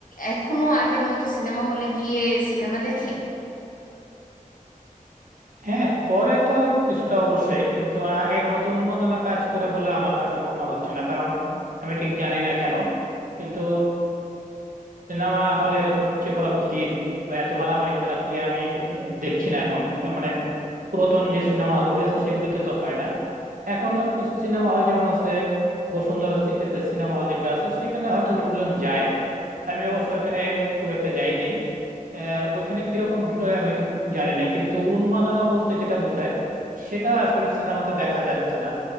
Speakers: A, on the left; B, on the right.
A: এখনো আগের মতো সিনেমা হলে গিয়ে সিনেমা দেখে
B: হ্যাঁ করে তো কিছুটা অবশ্যই কিন্তু আগের মতো উন্মাদনা কাজ করে বলে আমার কাছে মনে হচ্ছে না কারণ আমি ঠিক জানি না কেন কিন্তু সিনেমা হলে এরকম উপচে পড়া ভিড় বা এত মারামারি ঠেলাঠেলি আমি উম, দেখছি না এখন মানে পুরাতন যে সিনেমা হলগুলি আছে সেগুলিতে তো হয় না এখন কিছু সিনেমা হল যেমন আছে বসুন্ধরা সিটিতে সিনেমা হল যেটা আছে সেখানে হয়তো লোকজন যায় আমি অবশ্য এখানে খুব একটা যাই নেই আহ, ওইখানে কিরকম ভিড় হয় আমি কি- জানি না কিন্তু উন্মাদনা বলতে যেটা বোঝায় সেটা আসলে সিনেমাতে দেখা যাচ্ছে না